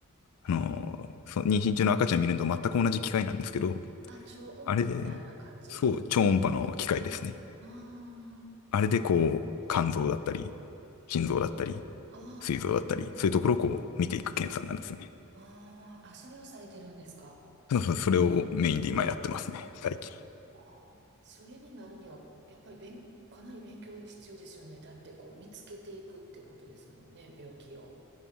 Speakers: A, on the right; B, on the left.
A: あー、
B: あのー、そう、妊娠中の赤ちゃん見るのと全く同じ機械なんですけど、
A: あ、超音波みたいな感じの。
B: あれで、そう、超音波の機械ですね。
A: はい。あ
B: あれでこう、肝臓だったり、心臓だったり、
A: あ、
B: 膵臓だったり、
A: あ
B: そういうところをこう、見ていく検査になるんですよね。
A: あ、あーあー、それをされてるんですか
B: そうそう、それをメインで今やってますね、最近。
A: ああ、それになるには、やっぱり勉、かなり勉強必要ですよね。だって、こう、見つけていくってことですもんね、病気を。